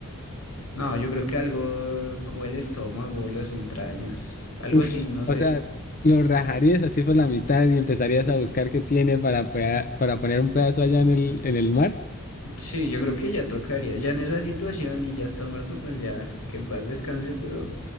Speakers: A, on the left; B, on the left.
A: No, yo creo que algo como el estómago, las entrañas, algo
B: Uf,
A: así, no sé.
B: o sea, lo rajarías así por la mitad y empezarías a buscar qué tiene para, pea- para poner un pedazo allá en el, en el mar.
A: Sí, yo creo que ya tocaría, ya en esa situación y ya está muerto, pues ya que en paz descanse, pero